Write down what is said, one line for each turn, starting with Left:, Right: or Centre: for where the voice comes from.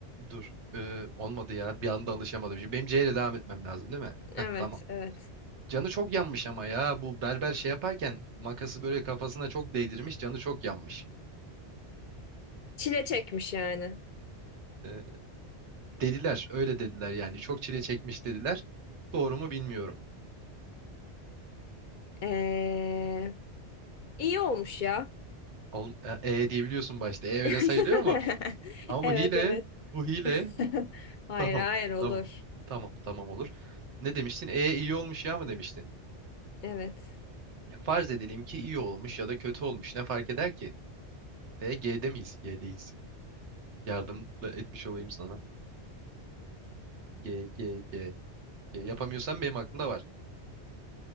Right: dur. Ee, olmadı ya. Bir anda alışamadım. Şimdi benim C ile devam etmem lazım değil mi?
Left: Evet
Right: Heh, tamam.
Left: evet.
Right: Canı çok yanmış ama ya bu berber şey yaparken makası böyle kafasına çok değdirmiş canı çok yanmış.
Left: Çile çekmiş yani.
Right: Ee, dediler öyle dediler yani çok çile çekmiş dediler. Doğru mu bilmiyorum.
Left: Ee, iyi olmuş ya.
Right: Oğlum, e, e diyebiliyorsun başta e öyle
Left: <laughs>
Right: sayılıyor mu? Ama
Left: Evet
Right: bu hile
Left: evet.
Right: bu hile
Left: <laughs> Hayır
Right: tamam
Left: hayır olur.
Right: tamam tamam tamam olur. Ne demiştin e iyi olmuş ya mı demiştin?
Left: Evet.
Right: E, farz edelim ki iyi olmuş ya da kötü olmuş ne fark eder ki? T G'de miyiz? G'deyiz. Yardım da etmiş olayım sana. G G G. G. Yapamıyorsan benim aklımda var.